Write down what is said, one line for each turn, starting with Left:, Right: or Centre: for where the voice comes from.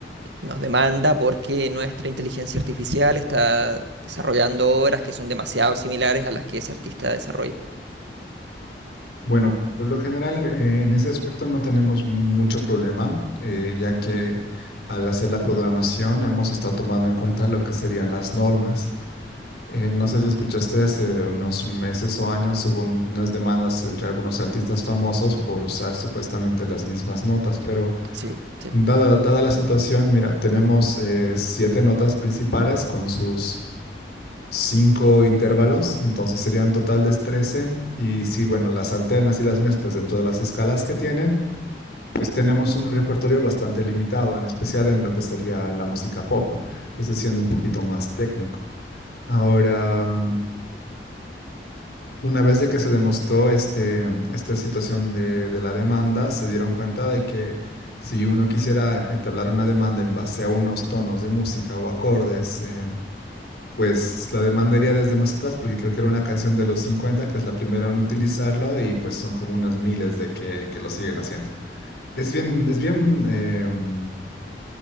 Right: nos demanda porque nuestra inteligencia artificial está desarrollando obras que son demasiado similares a las que ese artista desarrolla.
Left: Bueno, por lo general, eh, en ese aspecto no tenemos mucho problema, eh, ya que al hacer la programación hemos estado tomando en cuenta lo que serían las normas. Eh, no sé si escuchaste hace unos meses o años hubo un- unas demandas entre algunos artistas famosos por usar supuestamente las mismas notas, pero
Right: Sí, sí.
Left: dada, dada la situación, mira, tenemos eh, siete notas principales con sus cinco intervalos, entonces serían un total de trece, y si, bueno, las alternas y las mezclas dentro de las escalas que tienen, pues tenemos un repertorio bastante limitado, en especial en lo que sería la música pop, esto siendo un poquito más técnico. Ahora... mm, Una vez de que se demostró este, mm, esta situación de, de la demanda, se dieron cuenta de que si uno quisiera entablar una demanda en base a unos tonos de música o acordes, eh, pues la demanda iría desde más atrás, porque creo que era una canción de los 50 que es la primera en utilizarlo, y pues son como unos miles de que, que lo siguen haciendo. Es bien, es bien em,